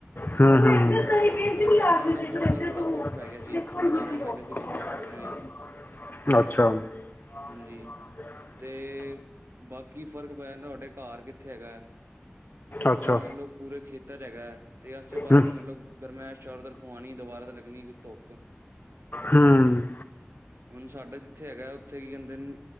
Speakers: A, on the left; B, on the right.
A: ਹੂ
B: ਹਾਂ ਬ ਇਹਦੇ ਨਾਲ ਸਾਡੇ ਘਰ ਬੜਾ ਫ਼ਰਕ ਪੈ
A: ਹੂ।
B: ਗਿਆ ਸੀ ਠੰਡਕਾ ਰਹਿਣ ਲੱਗੇ ਸੀ ਕਮਰੇ ਸਾਰਿਆਂ ਹੀ
A: ਅੱਛਾ।
B: ਹਾਂਜੀ ਤੇ ਬਾਕੀ ਫਰਕ ਪਿਆ ਤੁਹਾਡੇ ਘਰ ਕਿੱਥੇ ਹੈਗਾ
A: ਅੱਛਾ
B: ਜੇ ਮੰਨਲਓ ਪੂਰੇ ਖੇਤ ਤਰ ਹੈਗਾ। ਤੇ ਆਸੇ ਪਾਸੇ
A: ਹੂੰ
B: ਮਤਲਬ ਗਰਮੈਸ਼ ਚਾਰੋ ਤਰਫ ਫਉਣੀ ਦੁਬਾਰਾ ਤੇ ਲੱਗਣੀ ਧੁੱਪ।
A: ਹੂੰ
B: ਹੁਣ ਸਾਡਾ ਜਿੱਥੇ ਹੈਗਾ ਉੱਥੇ ਕੀ ਕਹਦੇ ਨੇ